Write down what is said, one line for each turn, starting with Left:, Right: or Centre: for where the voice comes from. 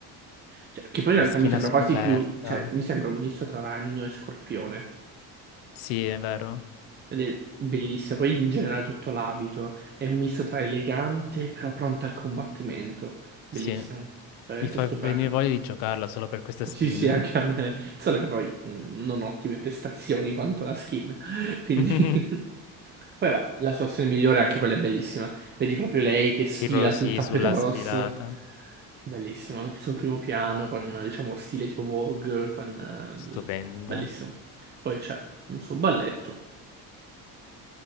Right: Cioè, che poi in
Left: la
Right: realtà
Left: schiena
Right: mi sembra
Left: scoperta.
Right: quasi più, cioè, mi sembra un misto tra ragno e scorpione.
Left: Sì, è vero.
Right: Ed è bellissimo. Poi in generale tutto l'abito è un misto tra elegante però pronta al combattimento. Bellissimo,
Left: Sì.
Right: veramente
Left: Mi fa
Right: stupendo.
Left: venire voglia di giocarla solo per questa skin.
Right: Sì, sì, anche a me. Solo che poi mh, non ottime prestazioni quanto la skin. <laughs> Quindi,
Left: <laughs>
Right: <laughs> poi vabbè, la sua azione migliore, anche quella è bellissima. Vedi proprio lei che sfila
Left: Pirosi
Right: sul tappeto
Left: sulla
Right: rosso.
Left: sfilata.
Right: Bellissima, il suo primo piano con, diciamo, stile tipo Vogue, con... eh, l-
Left: Stupenda.
Right: Bellissimo. Poi c'è un suo balletto,